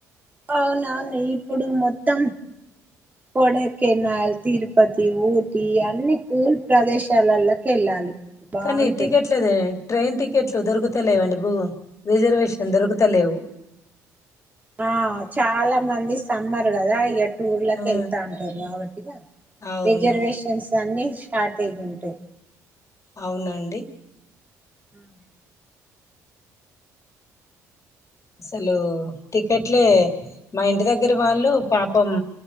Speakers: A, on the right; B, on the left.
A: అవునవును ఇప్పుడు మొత్తం కొడైకెనాల్ తిరుపతి ఊటి అన్ని కూల్ ప్రదేశాలలోకి వెళ్ళాలి బాగుంటది
B: కానీ టికెట్లేదే ట్రైన్ టికెట్లు దొరుకుతలేవండి బో రిజర్వేషన్ దొరుకుత లేవు
A: ఆ చాలా మంది సమ్మర్ కదా ఎట్ టూర్లకి
B: ఆ
A: వెళ్తా ఉంటారు కాబట్టి
B: అవును
A: రిజర్వేషన్స్ అన్ని స్టార్టేజ్ ఉంటాయ్
B: అవున అండి
A: ఉమ్
B: అసలు టికెట్లే మా ఇంటి దగ్గర వాళ్ళు పాపం